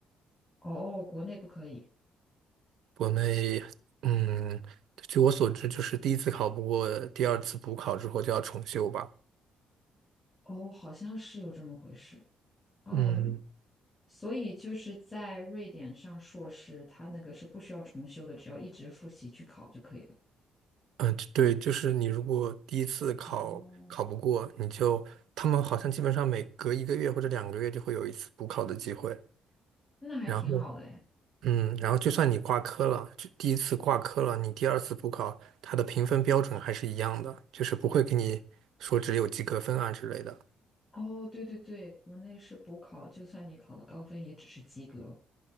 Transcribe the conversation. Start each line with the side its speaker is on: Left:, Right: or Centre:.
Left: 哦，国内不可以，
Right: 国内，嗯，据我所知，就是第一次考不过，第二次补考之后就要重修吧。
Left: 哦，好像是有这么回事，嗯，
Right: 嗯
Left: 所以就是在瑞典上硕士，他那个是不需要重修的，只要一直复习去考就可以了。
Right: 嗯，呃对，就是你如果第一次考考不过，
Left: 哦，
Right: 你就他们好像基本上每隔一个月或者两个月就会有一次补考的机会。
Left: 那还挺好的哎。
Right: 然后，嗯，然后就算你挂科了，就第一次挂科了，你第二次补考，它的评分标准还是一样的，就是不会给你说只有及格分啊之类的。
Left: 哦，对对对，国内是补考，就算你考了高分，也只是及格。